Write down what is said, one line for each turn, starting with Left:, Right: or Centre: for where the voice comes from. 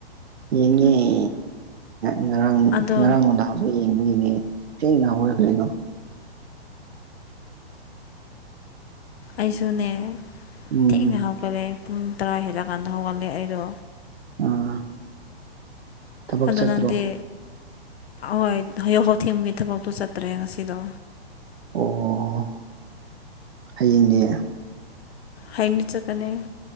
Right: ꯌꯦꯉ ꯌꯦ ꯉꯔꯥꯡ
Left: ꯑꯗꯣ
Right: ꯉꯔꯥꯡꯉꯣꯗ ꯊꯁꯨ ꯌꯦꯡꯕꯒꯤꯅꯦ ꯊꯦꯡꯅꯕꯕ ꯑꯣꯏꯔ ꯀꯩꯅꯣ
Left: ꯑꯩꯁꯨꯅꯦ
Right: ꯎꯝ
Left: ꯊꯛ ꯉꯍꯥꯎ ꯍꯧꯒꯠꯂꯦ ꯄꯨꯡ ꯇꯔꯥ ꯍꯦꯜꯂꯀꯥꯟꯗ ꯍꯧꯒꯠꯂꯦ ꯑꯩꯗꯣ
Right: ꯑꯥ ꯊꯕꯛ
Left: ꯑꯗꯣ
Right: ꯆꯠꯇ꯭ꯔꯣ
Left: ꯅꯪꯗꯤ ꯍꯣꯏ ꯍꯧ ꯍꯥꯎ ꯊꯤꯒꯤ ꯊꯕꯛꯇꯣ ꯆꯠꯇ꯭ꯔꯦ ꯉꯁꯤꯗꯣ
Right: ꯑꯣ ꯍꯌꯦꯡꯅꯦ
Left: ꯍꯌ°ꯡꯗꯩ ꯆꯠꯀꯅꯤ